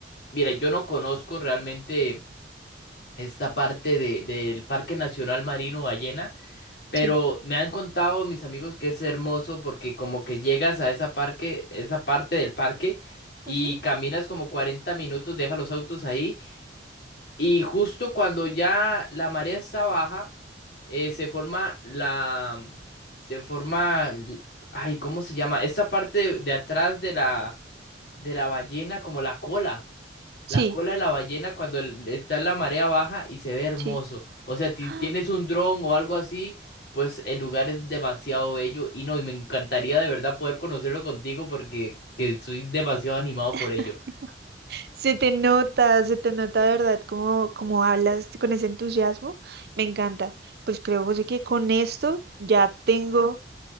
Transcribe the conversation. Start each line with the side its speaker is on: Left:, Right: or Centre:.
Left: mira, yo no conozco realmente. esta parte de, del Parque Nacional Marino Ballena, pero
Right: Sí.
Left: me han contado mis amigos que es hermoso porque como que llegas a esa parque, esa parte del parque y
Right: Ujú.
Left: caminas como 40 minutos, dejas los autos ahí y justo cuando ya la marea está baja, eh, se forma la, se forma, l- ay, ¿cómo se llama? Esta parte de, de atrás de la, de la ballena como la cola.
Right: Sí,
Left: La cola de la ballena cuando el- está en la marea baja y se ve hermoso.
Right: sí.
Left: O sea, si
Right: Ah,
Left: tienes un dron o algo así, pues el lugar es demasiado bello. Y no, y me encantaría de verdad poder conocerlo contigo porque que estoy demasiado animado
Right: <laughs>
Left: por ello.
Right: Se te nota, se te nota de verdad cómo, cómo hablas con ese entusiasmo. Me encanta. Pues creo, José, que con esto ya tengo.